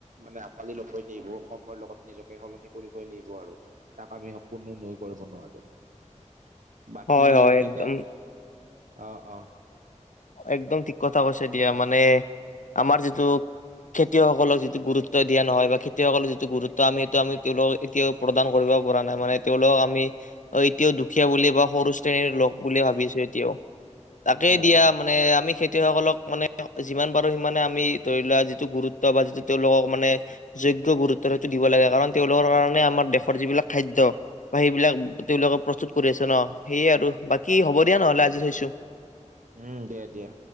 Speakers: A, on the right (about 85°); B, on the left (about 80°).
A: মানে আঁকোৱালি ল'বই লাগিব সময়ৰ লগত নিজকে সলনি কৰিবই লাগিব। আৰু তাক আমি স কোনো নই কৰিব নোৱাৰো বাকী
B: হয় হয়
A: তেতিয়া।
B: একদম
A: অ অ
B: একদম ঠিক কথা কৈছে দিয়া মানে। আমাৰ যিটো খেতিয়সকলক যিটো গুৰুত্ব দিয়া নহয় বা খেতিয়সকলৰ যিটো গুৰুত্ব আমি সেইটো আমি তেওঁলোক এতিয়াও প্ৰদান কৰিব পৰা নাই মানে। তেওঁলোকক আমি এতিয়াও দুখীয়া বুলি বা সৰু শ্ৰেণীৰ লোক বুলিয়ে ভাবিছো এতিয়াও। তাকেই
A: হয়
B: দিয়া
A: হয়।
B: মানে আমি খেতিয়কসকলক মানে যিমান পাৰো সিমানে আমি ধৰি লোৱা যিটো গুৰুত্ব বা যিটো তেওঁলোকক মানে। যোগ্য গুৰুত্ব হয়তটো দিব লাগে কাৰণ তেওঁলোকৰ কাৰণে আমাৰ দেশৰ যিবিলাক খাদ্য। বা সেইবিলাক তেওঁলোকে প্ৰস্তুত কৰি আছে ন সেয়ে আৰু বাকী হ'ব দিয়া নহলে আজি থৈছো।
A: উম দে দিয়া।